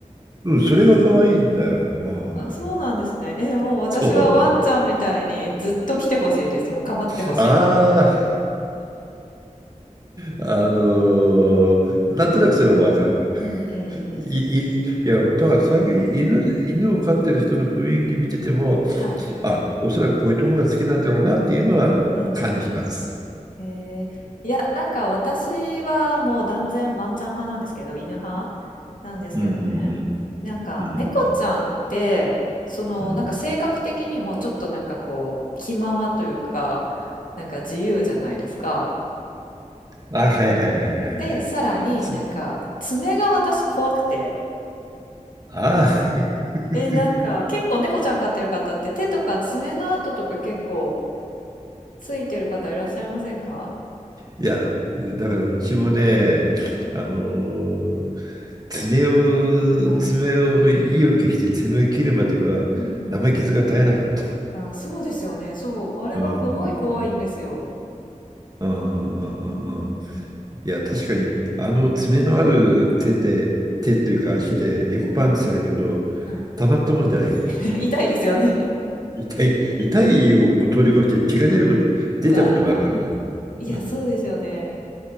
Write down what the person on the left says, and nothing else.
あ、そうなんですね。えー、もう私はワンちゃんみたいにずっと来てほしいです。
もう構ってほしいみたいな。
うんうんうん。
はい。
うんうんうん。えーいや、なんか私はもう断然ワンちゃん派なんですけど、犬派なんですけどね。
なんか猫ちゃんって、
そのなんか性格的にもちょっとなんかこう気ままというか、
なんか自由じゃないですか。
で、さらになんか爪が私怖くて。
えーなんか結構猫ちゃん飼ってる方って手とか爪の跡とか結構ついてる方いらっしゃいませんか
はい。
うんうんうん。あ、そうですよね。そう。あれがすごい怖いんですよ。
うんうんうん。
はい。はい。
<laughs> 痛いですよね。
<laughs>
うわー。いや、
そうですよね。